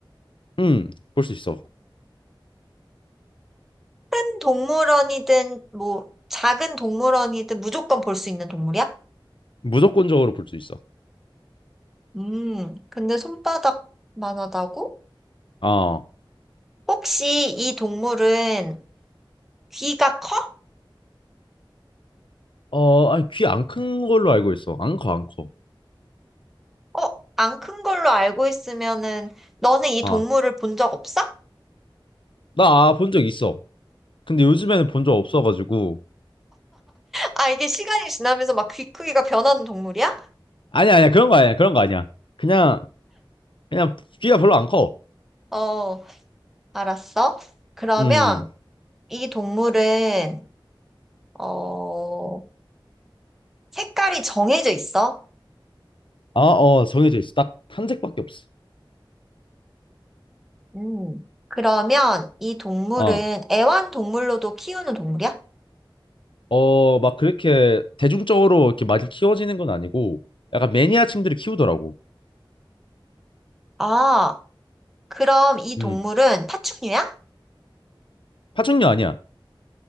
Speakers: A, on the left (about 70°); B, in the centre.
A: 음, 볼 수 있어.
B: 큰 동물원이든, 뭐, 작은 동물원이든 무조건 볼 수 있는 동물이야?
A: 무조건적으로 볼 수 있어.
B: 음, 근데 손바닥만 하다고?
A: 어,
B: 혹시 이 동물은 귀가 커?
A: 어, 아니, 귀 안 큰 걸로 알고 있어. 안 커, 안 커.
B: 어, 안 큰 걸로 알고 있으면은, 너는 이
A: 아,
B: 동물을 본 적 없어?
A: 나 본 적 있어. 근데 요즘에는 본 적 없어가지고.
B: 아, 이게 시간이 지나면서 막 귀 크기가 변하는 동물이야?
A: 아니야, 아니야, 그런 거 아니야, 그런 거 아니야. 그냥, 그냥 귀가 별로 안 커.
B: 어, 알았어. 그러면
A: 음,
B: 이 동물은, 어, 색깔이 정해져 있어?
A: 아, 어, 정해져 있어. 딱 한 색밖에 없어.
B: 음. 그러면 이 동물은
A: 어,
B: 애완동물로도 키우는 동물이야?
A: 어, 막 그렇게 대중적으로 이렇게 많이 키워지는 건 아니고, 약간 매니아층들이 키우더라고.
B: 아, 그럼 이 동물은
A: 음,
B: 파충류야?
A: 파충류 아니야.